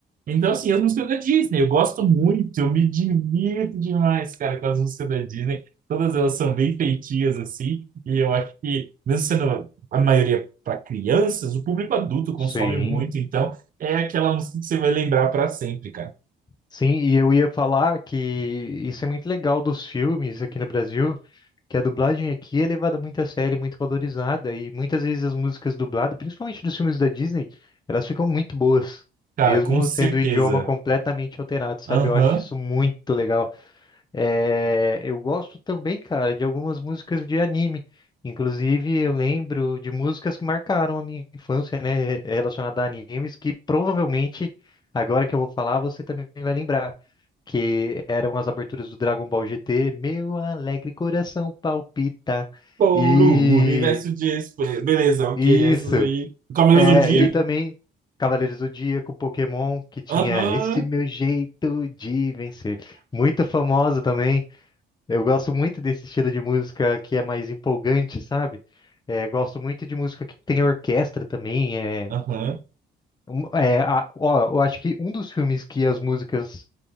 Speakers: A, on the right (about 45°); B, on the left (about 20°).
A: Então, assim, as músicas da Disney, eu gosto muito, eu me divirto demais, cara, com as músicas da Disney. Todas elas são bem feitinhas, assim, e eu acho que, mesmo sendo a maioria para crianças, o público adulto consome
B: sim.
A: muito, então é aquela música que você vai lembrar para sempre, cara.
B: Sim, e eu ia falar que isso é muito legal dos filmes aqui no Brasil. que a dublagem aqui é levada muito a sério, muito valorizada, e muitas vezes as músicas dubladas, principalmente dos filmes da Disney, elas ficam muito boas,
A: Cara,
B: mesmo
A: com certeza.
B: tendo o idioma completamente alterado, sabe?
A: Aham.
B: Eu acho isso muito legal. É, eu gosto também, cara, de algumas músicas de anime. Inclusive, eu lembro de músicas que marcaram a minha infância, né, relacionada a animes, que provavelmente, agora que eu vou falar, você também vai lembrar, que eram as aberturas do Dragon Ball GT, Meu alegre coração palpita.
A: Por
B: E
A: um universo de esper... Beleza, ok,
B: isso.
A: essas aí. Cavaleiros
B: É,
A: do Dia?
B: e também Cavaleiros do Zodíaco, Pokémon, que tinha
A: Aham.
B: esse meu jeito de vencer. Muito famosa também. Eu gosto muito desse estilo de música que é mais empolgante, sabe? É, gosto muito de música que tem orquestra também. É,
A: Aham.
B: um- é, a- ó, eu acho que um dos filmes que as músicas.